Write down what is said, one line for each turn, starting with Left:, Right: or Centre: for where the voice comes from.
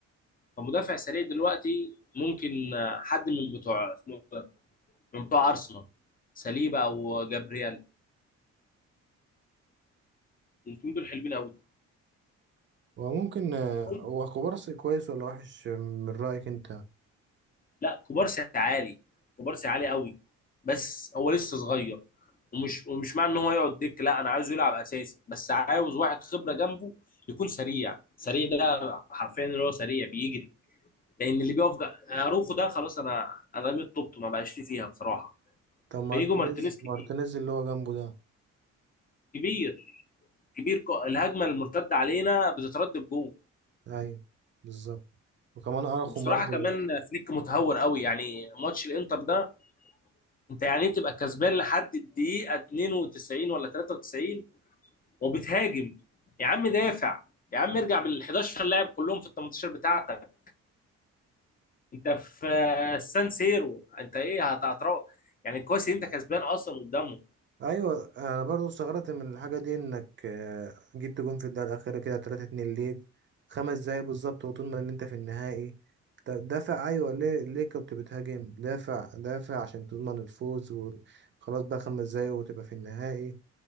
Left: فمدافع سريع دلوقتي ممكن آه، حد من بتوع اسمه إيه ده؟ من بتوع ارسنال ساليبا او جابرييل الاثنين دول حلوين قوي
Right: وممكن آه،
Left: عارفهم؟
Right: هو كوبارسي كويس ولا وحش من رأيك انت
Left: لا كوبارسي عالي كوبارسي عالي قوي بس هو لسه صغير ومش ومش معنى ان هو يقعد دك لا انا عايزه يلعب اساسي بس عاوز واحد خبره جنبه يكون سريع سريع ده حرفيا اللي هو سريع بيجري لان اللي بيقف جا- اروخو ده خلاص انا انا رميت طوبته ما بقاش لي فيها بصراحه
Right: طب مارتينيز
Left: بيجو مارتينيز كبير
Right: مارتينيز اللي هو جنبه ده
Left: كبير كبير ك- الهجمه المرتده علينا بتترد بجول
Right: ايوه بالظبط وكمان ارخم
Left: وبصراحه
Right: برضه
Left: كمان فليك متهور قوي يعني ماتش الانتر ده انت يعني إيه تبقى كسبان لحد الدقيقه 92 ولا 93 وبتهاجم يا عم دافع يا عم ارجع بال 11 لاعب كلهم في ال 18 بتاعتك انت في السان سيرو انت ايه هت- هتروح يعني كويس إن انت كسبان اصلا قدامهم
Right: ايوه انا برضه استغربت من الحاجه دي انك آه، جبت جون في الدقيقه الاخيره كده 3 2 ليك خمس دقايق بالظبط وطول ما ان انت في النهائي طب دافع ايوه ليه ليه كنت بتهاجم دافع دافع عشان تضمن الفوز وخلاص بقى خمس دقايق وتبقى في النهائي